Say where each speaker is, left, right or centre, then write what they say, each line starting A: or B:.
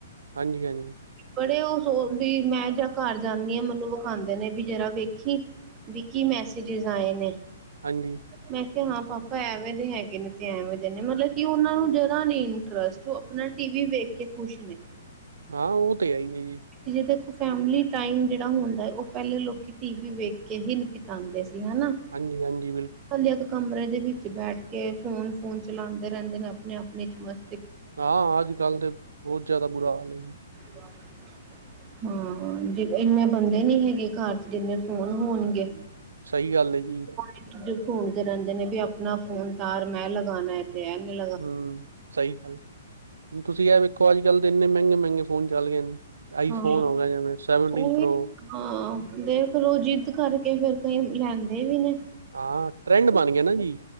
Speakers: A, on the right (about 75°); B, on the right (about 25°).
A: ਹਾਂਜੀ, ਹਾਂਜੀ।
B: ਬੜੇ, ਉਹ ਸੋਚਦੀ, ਮੈਂ ਜਾਂ ਘਰ ਜਾਂਨੀ ਹ। ਮੈਨੂੰ ਵਖਾਉਂਦੇ ਨੇ, ਵੀ ਜਰਾ ਵੇਖੀ ਵੀ, ਕੀ ਮੈਸੇਜੀਸ ਆਏ ਨੇ।
A: ਹਾਂਜੀ।
B: ਮੈਂ ਕੇਆ ਹਾਂ, ਪਾਪਾ ਐਵੇਂ ਦੇ ਹੈਗੇ ਨੇ ਤੇ ਐਵੇਂ ਕੈਨੇ ਮਤਲਬ ਕਿ ਔਨਾ ਨੂੰ ਜਰਾ ਨੀ ਇੰਟਰਸਟ ਔ ਅਪਣਾ ਟੀ ਵੀ ਵੇਖ ਕੇ ਖੁਸ਼ ਨੇ।
A: ਹਾਂ, ਓਹ ਤੇ ਹੈਈ ਏ ਜੀ।
B: ਜੇ ਦੇਖੋ ਫੈਮਲੀ ਟਾਈਮ ਜੇੜਾ ਹੋੰਦੈ, ਔ ਪੈਲੇ ਲੋਕੀ ਟੀ ਵੀ ਵੇਖ ਕੇ ਹੀ ਬਿਤਾੰਦੇ ਸੀ, ਹਨਾ।
A: ਹਾਂਜੀ ਹਾਂਜੀ, ਬਿਲਕੁ
B: ਇਕੱਲੇ ਆ ਏਕ ਕਮਰੇ ਦੇ ਵਿੱਚ ਬੈਠ ਕੇ ਫੋਨ-ਫੂਨ ਚਲਾੰਦੇ ਰੈੰਦੇ ਨੇ ਅਪਣੇ-ਅਪਣੇ ਚ ਮਸ
A: ਹਾਂ, ਅੱਜ-ਕੱਲ੍ਹ ਤੇ ਬੌਤ ਜੈਦਾ ਬੁਰਾ ਹਾਲ ਏ ਜੀ।
B: <inaudible> ਹੂੰ ਹਾਂ, ਜ ਇੰਨੇ ਬੰਦੇ ਨੀ ਹੈਗੇ ਘੱਰ ਚ ਜਿੰਨੇ ਫੋਨ ਹੋਣਗੇ।
A: ਸਹੀ ਗੱਲ ਏ ਜੀ।
B: ਕਿਧਰ ਢੂੰਡਦੇ ਰੈੰਦੇ ਨੇ ਬੀ ਅਪਣਾ ਫੋਨ ਤਾਰ ਮੈਂ ਲਗਾਣੈ। <unintelligible> ਟਾਈਮ ਨਹੀਂ
A: ਹਮ, ਸਈ। <inaudible> ਹੁਣ ਤੁਸੀਂ ਏਹ ਵੇਖੋ, ਅੱਜ ਕੱਲ ਤਾਂ ਇੰਨੇ ਮਹਿੰਗੇ, -ਮਹਿੰਗੇ ਫੋਨ ਚੱਲ ਗਏ ਨੇ। ਆਈਫੋਨ
B: ਹਾਂ
A: ਹੋ ਗਿਆ, ਜਿਵੇਂ ਸੈਵਨਟੀਨ
B: ਉਹੀ
A: ਪ੍ਰੋ
B: ਹਾਂ, ਦੇਖਲੋ। ਜਿੱਦ ਕਰਕੇ, ਫੇਰ ਕਈ ਲੈਂਦੇ, ਵੀ ਨੇ।
A: ਹਾਂ, ਟਰੈਂਡ ਬਣ ਗਿਆ ਨਾ ਜੀ।